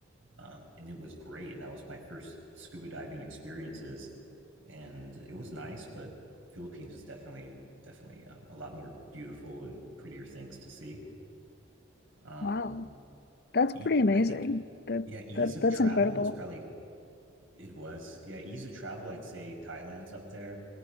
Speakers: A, on the right; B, on the left.
A: um, and it was great. And that was my first scuba diving experiences, and it was nice. But Philippines is definitely definitely um, a lot more beautiful and prettier things to see. Um,
B: Wow, that's
A: e-
B: pretty amazing.
A: I think
B: That
A: yeah, ease
B: that
A: of
B: that's
A: travel
B: incredible.
A: is probably It was. Yeah, ease of travel, I'd say Thailand's up there